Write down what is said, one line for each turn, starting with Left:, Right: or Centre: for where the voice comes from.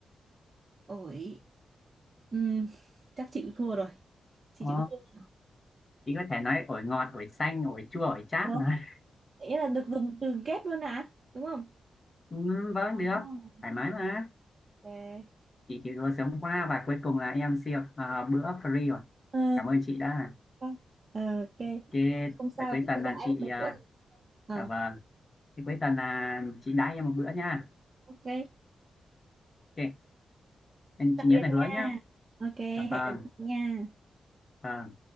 Right: ổi ừ. chắc chị chịu thua rồi chị
Left: Ờ,
Right: chịu thua
Left: chị có thể nói ổi ngọt, ổi xanh, ổi chua, ổi chát
Right: Ủa?
Left: mà. <laughs>
Right: nghĩa là được dùng từ kép luôn à đúng không
Left: Ừ, vẫn
Right: Oh,
Left: được, thoải mái mà.
Right: ok
Left: Chị chỉ vừa sống qua và cuối cùng là em siêu à, bữa free rồi.
Right: Ờ,
Left: Cảm ơn chị đã.
Right: ok Ờ, ok.
Left: Ok,
Right: không sao
Left: vậy cuối
Right: chị
Left: tuần
Right: sẽ
Left: là
Right: đại
Left: chị,
Right: em một
Left: à,
Right: bữa Ờ,
Left: à vâng, thì cuối tuần là chị đãi em một bữa nha.
Right: ok,
Left: Ok, em-
Right: tạm
Left: chị nhớ
Right: biệt
Left: là
Right: nha.
Left: hứa nhá.
Right: Ok,
Left: Dạ vâng,
Right: hẹn lần sau nha.
Left: vâng.